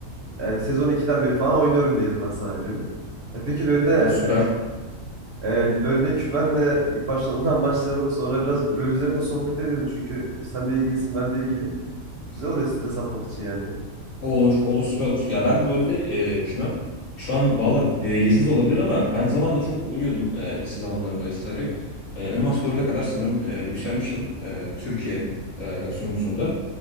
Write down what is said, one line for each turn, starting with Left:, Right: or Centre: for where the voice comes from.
Right: e, sezon iki'den beri falan oynuyorum diyelim ben sana LoL'ü. Ya peki LoL'de
Left: Ha, süper.
Right: e, ha- e, LoL'de kümenle ilk başta ondan <laughs> başlayalım. Sonra biraz LoL üzerinde sohbet edelim. Çünkü sen de ilgilisin, ben de ilgiliyim. Güzel oluyor stres atmak için yani.
Left: Olur, olur, süper olur. Ya ben LoL'de e, kümem şu an valla derecesiz olabilir ama ben zamanla çok oynuyordum e, lise zamanlarımda vesaire. E, Elmas dörde kadar sanırım e, yükselmiştim e, Türkiye e, sunucusunda.